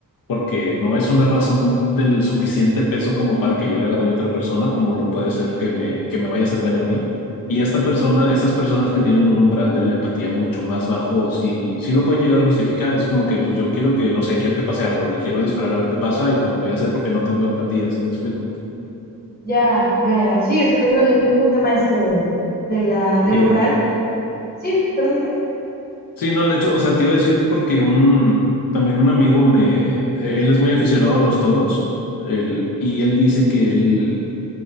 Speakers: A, on the left; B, on the left.
A: porque no es una razón del suficiente peso como para que yo le haga daño a otra persona, como lo puede ser que me, que me vaya a hacer daño a mí. Y esta persona, esas personas que tienen un umbral de la empatía mucho más bajo, sí, sí lo pueden llegar a justificar. Es como que, pues yo quiero que, no sé, quiero que pase algo, le quiero disparar a ver qué pasa y pues lo voy a hacer porque no tengo empatía, ¿sí me explico?
B: Ya, ya, ya. Sí, es el, el mismo tema este del, de la, del
A: Y
B: umbral. Sí, pero dime.
A: Sí, no, de hecho, o sea, te iba a decir porque un, también un amigo me, eh, él es muy aficionado a los toros, él- y él dice que él,